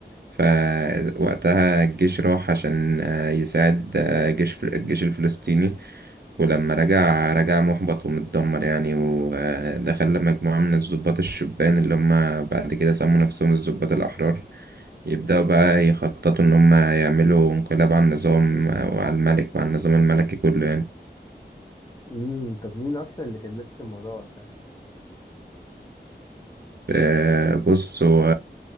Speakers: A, on the right; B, on the left.
A: فوقتها الجيش راح عشان آه، يساعد آه، جيش فل- الجيش الفلسطيني ولما رجع رجع محبط ومتدمر يعني وده خلى مجموعة من الضباط الشبان اللي هم بعد كده سموا نفسهم الضباط الأحرار يبدأوا بقى يخططوا إن هم يعملوا انقلاب على النظام آه، وعلى الملك وعلى النظام الملكي كله يعني
B: امم طب مين أصلا اللي كان ماسك الموضوع وقتها؟
A: آه، بص هو